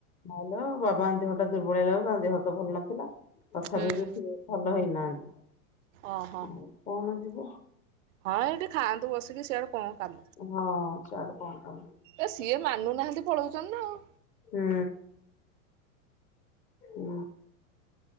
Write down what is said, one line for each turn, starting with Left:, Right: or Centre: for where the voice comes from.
Left: ଭଲ ବାବା ଙ୍କ ଦେହ ଟା ଦୁର୍ବଳ ହେଲା ତାଙ୍କ ଦେହ ତ ଭଲ ନଥିଲା ତଥାପି
Right: ହୁଁ।
Left: ବି ସିଏ ଭଲ ହେଇନାହାନ୍ତି।
Right: ଓହୋ
Left: ଆଉ କଣ ଯିବ
Right: ହଁ ଏଇଠି ଖାଆନ୍ତୁ ବସିକି ସିଆଡେ କଣ କାମ
Left: ହଁ ଚାଲୁ କ ପାଇ
Right: ଏ ସିଏ ମାନୁନାହାନ୍ତି ପଳଉଚନି ନା ଆଉ
Left: ହୁଁ ଉ